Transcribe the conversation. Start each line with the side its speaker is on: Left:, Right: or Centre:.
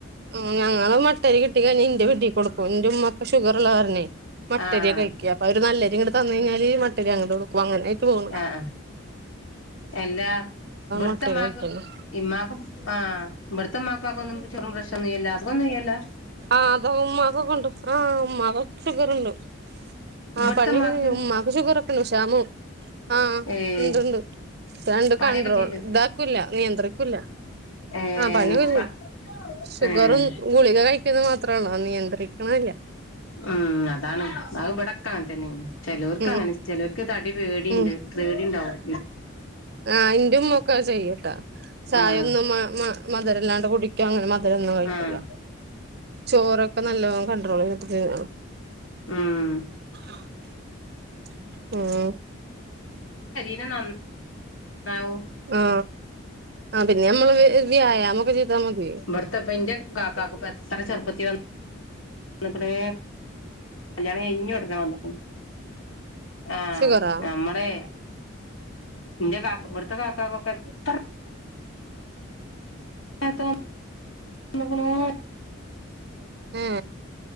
Right: ആ ഞങ്ങള് മ ട്ടരി കിട്ടികഴിഞ്ഞ ഇന്റെ വീട്ടി കൊടുക്കും ന്റെ ഉമ്മൊക്കെ ഷുഗറ്ള്ള കാരണയ് മട്ടരിയകഴിക്ക
Left: ആഹ്
Right: അപ്പൊ അവര് നല്ലരി ഇങ്ങട്ട് തന്ന കഴിഞ്ഞാല് മട്ടരി അങ്ങട്ട് കൊടുക്കും അങ്ങനെആയിട്ട് പോണു
Left: ആഹ് ആഹ് എല്ലാ ഇവട്ത്തമ്മാക്ക്
Right: മട്ടരി കഴിക്കുന്നത്
Left: ഇമ്മാക്ക് ആഹ് ഇബ ഇവടത്തമ്മകുപ്പാക്കും ചൊഗറും പ്രശറും ഒന്നുല്ലലോ അഒന്നും ഇല്ലലോ
Right: ആഹ് അതൊ ഉമ്മാകൊക്ക ഉണ്ട് ആഹ ഉമ്മാക്ക ഷുഗർണ്ട് ആഹ്
Left: ഇവിടുത്തെമ്മാക്ക്
Right: പണിയൊക്കെ കഴിഞ്ഞു മാക്ക് ഷുഗർ ഒക്കെയുണ്ട് ഷാമു ആഹ്
Left: ഏഹ്
Right: ണ്ട് ണ്ട് രണ്ട്
Left: പണിയൊക്കെ
Right: കൺണ്ട്രോൾ
Left: ചെയ്ത്
Right: ഇതാക്കൂല്ല നിയന്ത്രിക്കൂല്ല
Left: ഏഹ്
Right: ആ പണിയൊക്കെ കഴിഞ്ഞ്
Left: പ
Right: ശുഗറും
Left: ഏഹ്
Right: ഗുളിക കഴി മാത്രാണ് നിയന്ത്രിക്ക്ണ്ല്ല
Left: ഉം അതാണ് അത് ഇവിടൊക്കെ അങ്ങനെ തന്നെയാണ് ചെലോർക്ക്
Right: ഉം
Left: അങ്ങനെ ചിലർക്ക് ഇതടി പേടിണ്ട്
Right: ഉം
Left: പേടിണ്ടാകും
Right: ആ ൻ്റെമ്മൊക്കെ അത് ചെയ്യുട്ടാ ചായൊന്ന്
Left: ആഹ്
Right: മാ മാ മധുരല്ലാണ്ട് കുടിക്കാ അങ്ങനെ മധുരൊന്നും കഴിക്കൂല
Left: ആഹ്
Right: ചോറൊ അപ്പൊ നല്ലോണം കൺട്രോൾ <unintelligible>
Left: ഉം
Right: <inaudible> ഉം
Left: പിന്നെ നൻ ന്നാവും
Right: ആ ആ പിന്നെ നമ്മള് വ്യായാമൊക്കെ ചെയ്താ മതി
Left: ഇവിടുത്തെപ്പ ഇന്റെ കാക്കക്ക് എത്ര ചെറുപ്പത്തി വന്ന് ന്ന്ക്ക്ണ് കല്യാണം കയ്ഞ്ഞ ഉടനെ വന്ന്ക്ക്ണ് ആഹ്
Right: ഷുഗറാ
Left: നമ്മള് ഇന്റെ കാക്കാ ഇവട്ത്തെ കാക്കാക്കൊക്കെ എത്ര <unintelligible> വന്ന്ക്ക്ണോയ്
Right: ഹേ